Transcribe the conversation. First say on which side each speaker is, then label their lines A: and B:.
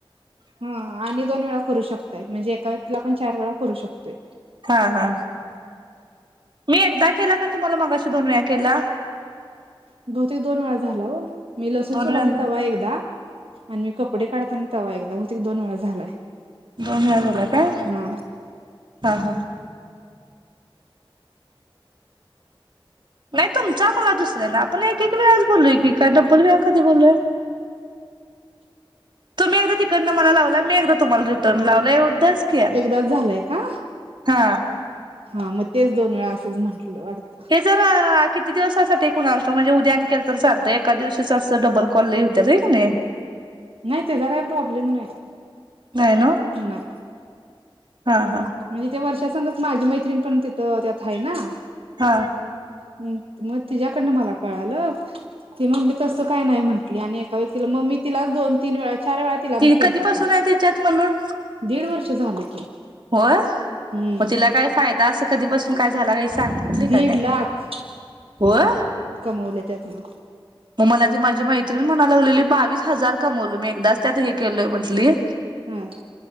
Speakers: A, on the right; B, on the right.
A: हा आणि दोन वेळा करू शकताय म्हणजे एका व्यक्तीला पण चार वेळा करू शकतोय.
B: हा हा. मी एकदा केला का तुम्हाला मगाशी दोन वेळा केला?
A: बहुतेक दोन वेळा झाला हो, मी लसूण
B: दोन
A: सोलालते
B: वेळा
A: तवा एकदा आणि मी काढताना तवा एकदा बहुतेक दोन वेळा झालाय.
B: दोन वेळा झाला काय,
A: हा
B: हा हा. नाही तुमचा मला दुसरनधा आपण एक एक वेळाच बोललोय की काय डब्बल वेळा कधी बोलोय, तुम्ही एकदा तिकडंन मला लावलाय मी एकदा तुम्हाला रिटर्न लावलाय एवढंच की
A: एकदाच झालंय का,
B: हा
A: हा मग तेच दोन वेळा असंच म्हंटलं वाटतं.
B: हे जरा किती दिवसासाठी कुणास ठाऊक म्हणजे उद्या केलं तर चालतंय एका दिवशीच असं डबल कॉल लय होत्यात होय की नय.
A: नाही त्याचा काय प्रॉब्लेम नाही,
B: नाही नव्ह
A: ना.
B: हा हा.
A: म्हणजे त्या वर्षा संगच माझी मैत्रीण पण तिथं त्यात आहे ना.
B: हा.
A: हं मग तिच्यायाकडनं मला कळालं ती म्हटली तसं काही नाही म्हटली आणि एका व्यक्तीला मग मीन तिलाच दोन तीन वेळा चार वेळा तिला
B: ति
A: मी केलता
B: कधीपासून
A: कॉल
B: आहे त्याच्यात म्हण.
A: दीड वर्ष झालं की
B: होय
A: हम्म
B: म तिला काय फायदा अस कदीपासून काय झाला काय सांगितली
A: दीड
B: काय नाई
A: लाख
B: होय
A: कमवले त्यातन
B: मग मला ती माजी मैत्रीिण म्हणालागलेली बावीस हजार कमवलो मी एकदाच त्यात हे केलोय म्हंटली
A: हम्म